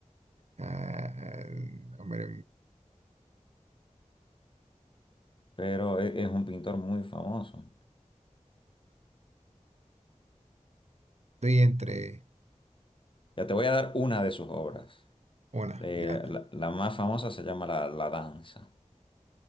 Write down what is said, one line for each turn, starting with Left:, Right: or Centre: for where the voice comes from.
Right: ah, hombre,
Left: Pero e- es, un pintor muy famoso.
Right: estoy entre...
Left: Ya te voy a dar una de sus obras.
Right: Una,
Left: Eh,
Right: ya.
Left: la, la más famosa se llama La, La Danza.